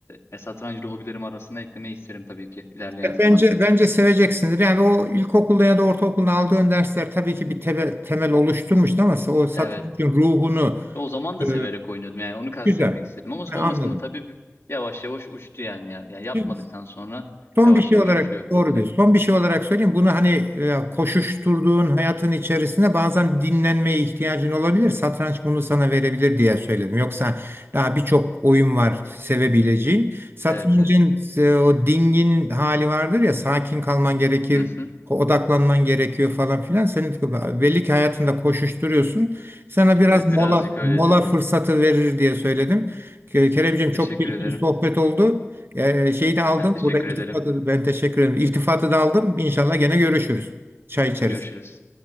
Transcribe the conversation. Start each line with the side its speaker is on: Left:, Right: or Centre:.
Left: e, ya satrancı da hobilerim arasına eklemeyi isterim tabii ki ilerleyen
Right: Evet,
Left: zamanda.
Right: Bence bence seveceksindir. Yani o ilkokulda ya da ortaokulda aldığın dersler tabii ki bir tebe- temel oluşturmuştu ama o satrançın
Left: Evet.
Right: ruhunu
Left: Ve o zaman da
Right: e,
Left: severek oynuyordum yani onu kastetmek
Right: güzel.
Left: istedim ama sonrasında
Right: Ben anladım.
Left: tabii bir- yavaş yavaş uçtu yani ya. Yani
Right: Şimdi
Left: yapmadıktan sonra
Right: Son
Left: yavaş
Right: bir şey
Left: yavaş
Right: olarak
Left: uçuyor
Right: doğru
Left: hobiler.
Right: diyorsun. Son bir şey olarak söyleyeyim. Bunu hani e, koşuşturduğun hayatın içerisinde bazen dinlenmeye ihtiyacın olabilir. Satranç bunu sana verebilir diye söyledim. Yoksa daha birçok oyun var sevebileceğin. Satrancın
Left: Evet evet.
Right: e, o dingin hali vardır ya sakin kalman gerekir.
Left: Hı hı.
Right: ko- odaklanman gerekiyor falan filan. Senin belli ki hayatında koşuşturuyorsun. Sana biraz
Left: Evet
Right: mola
Left: birazcık öyle
Right: mola
Left: söylüyor.
Right: fırsatı verir diye söyledim. Ke- Keremciğim
Left: Teşekkür
Right: çok keyifli
Left: ederim.
Right: bir sohbet oldu. Ee, şeyi de aldım.
Left: Ben teşekkür
Right: Burada iltifatı
Left: ederim.
Right: ben teşekkür ederim. İltifatı da aldım. İnşallah gene görüşürüz. Çay içeriz.
Left: Görüşürüz.